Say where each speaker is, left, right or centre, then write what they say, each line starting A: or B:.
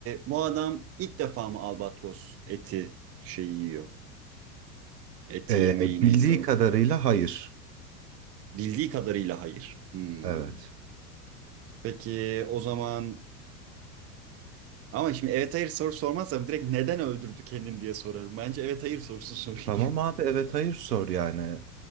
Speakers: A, on the right; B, on the right.
A: bu adam ilk defa mı albatros eti şeyi yiyor? Eti
B: Ee,
A: yemeği neyse
B: bildiği
A: o.
B: kadarıyla hayır.
A: Bildiği kadarıyla hayır. Hmm.
B: Evet.
A: Peki o zaman ama şimdi evet hayır soru sormazsam direkt neden öldürdü kendini diye sorarım. Bence evet hayır sorusu <laughs> sorayım.
B: Tamam abi evet hayır sor yani.